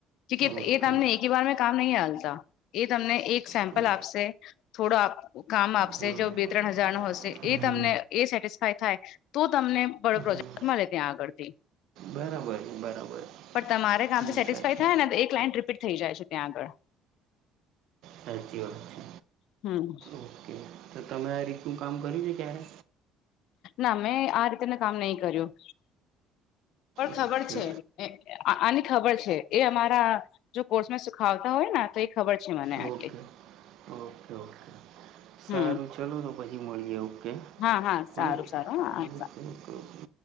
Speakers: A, on the left; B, on the right.
A: ચિકિયાત
B: ઓકે
A: એ તમની એ વાર મેં કામ નહીં આલતા, એ તમને એક સેમ્પલ
B: હમ
A: આપસે, થોડો કામ આપસે,
B: હમ
A: જો બે ત્રણ હજાર નો હશે,
B: હમ
A: એ તમને, એ સેટિસ્ફાય થાય તો તમને બડો પ્રોજેક્ટ
B: હમ.
A: મળે ત્યાં આગળથી.
B: બરાબર છે બરાબર
A: પણ તમારે કામથી
B: હમ
A: સેટિસફાઈ
B: સાચી
A: થાય ને તો એ ક્લાઈન્ટ રિપીટ થઈ જાય છે ત્યાં આગળ.
B: સાચી વાત છે
A: હમ
B: ઓકે તો તમે આ રીતનું કામ કર્યું છે ક્યારે
A: ના મેં આ રીતેનું કામ નહી કર્યું પણ
B: ઓકે
A: ખબર છે આની ખબર છે એ અમારા જો કોર્સમાં સુખાવતા હોય ને તો ખબર છે મને.
B: ઓકે,
A: આટલી
B: ઓકે, ઓકે, સારું,
A: હમ
B: ચલો તો પછી મળી જવું. હમ?
A: હા હા સારું
B: બને.
A: સારું હા
B: ઓકે, ઓકે.